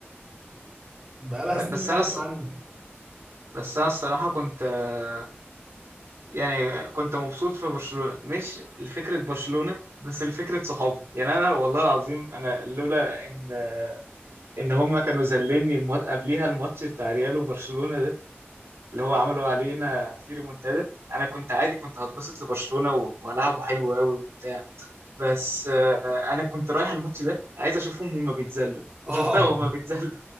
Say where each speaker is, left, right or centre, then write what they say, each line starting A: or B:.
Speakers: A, on the right (about 20°); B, on the right (about 80°).
A: بقالها
B: ب-
A: سنين
B: بس
A: غايبه
B: انا ص-
A: عنه
B: بس انا الصراحه كنت آه، يعني كنت مبسوط في برشلونه مش لفكره برشلونه بس لفكره صحابي يعني انا والله العظيم انا لولا ان آه، ان هم كانوا ذلني الم- قبليها الماتش بتاع ريال وبرشلونه ده اللي هو عملوا علينا في ريمونتادا انا كنت عادي كنت هتبسط لبرشلونه و- والعبه حلو قوي وبتاع بس آه، انا كنت رايح الماتش ده عايز اشوفهم هما بيتذلوا وشفتها
A: اه
B: وهما بيتذلوا